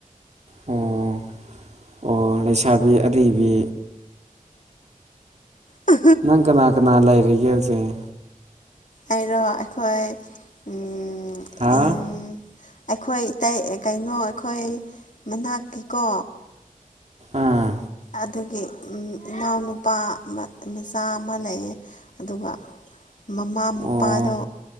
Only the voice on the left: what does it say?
ꯑ
ꯑꯩꯔꯣ ꯑꯩꯈꯣꯏ ꯑꯝ
ꯎꯝ ꯑꯩꯈꯣꯏ ꯏꯇꯩ ꯀꯩꯅꯣ ꯑꯈꯣꯏ ꯃꯅꯥꯛꯀꯤꯀꯣ
ꯑꯗꯒꯤ ꯎꯝ ꯏꯅꯥꯎꯅꯨꯄꯥ ꯃꯆꯥ ꯑꯃ ꯂꯩꯌꯦ ꯑꯗꯨꯒ ꯃꯃꯥ
ꯃꯄꯥꯗꯣ